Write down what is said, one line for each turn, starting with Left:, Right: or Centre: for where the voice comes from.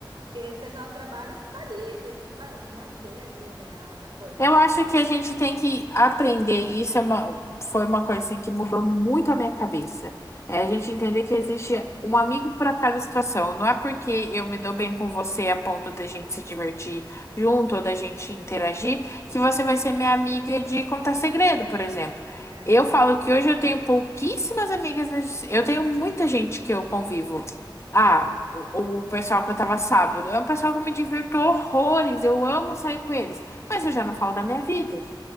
Right: Porque o pessoal trabalha, você tá ali, tem que ba- manter ali, né, a, a coisa,
Left: Eu
Right: mas
Left: acho que a gente tem que aprender. Isso é uma, foi uma coisa assim, que mudou muito a minha cabeça. É a gente entender que existe um amigo para cada situação. Não é porque eu me dou bem com você a ponto da gente se divertir junto ou da gente interagir, que você vai ser minha amiga de contar segredo, por exemplo.
Right: é.
Left: Eu falo que hoje eu tenho pouquíssimas amigas. nas- Eu tenho muita gente que eu convivo. Ah, o, o pessoal que eu tava sábado. É um pessoal que eu me divirto horrores. Eu amo sair com eles. Mas eu já não falo da minha vida.